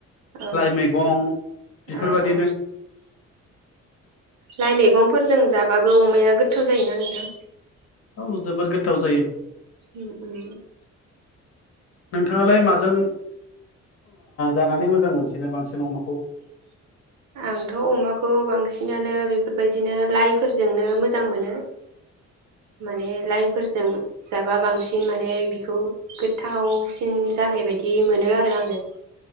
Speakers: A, on the right; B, on the left.
A: ओ
B: लाइ मैगं बेफोरबादिनो
A: ओ लाइ मैगं गंफोरजों जाबाबो अमाया गोथाव जायोना नोंथां
B: औ जोबोद गोथाव जायो
A: उम
B: नोंथाङालाय माजों जानानै मोजां मोनसिनो बांसिन अमाखौ
A: आंथ' अमाखौ बांसिनानो बेफोरबायदिनो लाइफोरजोंनो मोजां मोनो माने लाइफोरजों जाबा बांसिन माने बिखौ गोथावसिन जानाय बायदि मोनो आरो आङो